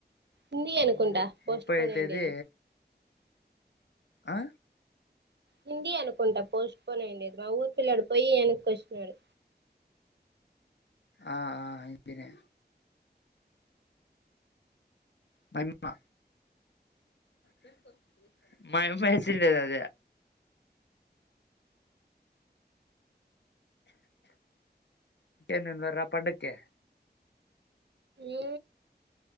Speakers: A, on the right; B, on the left.
A: హిందీ అనుకుంటా
B: ఇంగ ముప్
A: పోస్ట్
B: ముప్పయో
A: పోన్ అయిండేది
B: తేదీ ఆ
A: హింది అనుకుంటా పోస్ట్పోన్ అయిండెది, మా ఊరు పిల్లొడు పోయి యానకోచినాడు.
B: ఆ ఆ హిందీ నే మాయీమ్మ జెడ్ మాయీమ్మేసిండేది అదే. ఇంకేం నేనుడరా పండక్కి
A: ఏ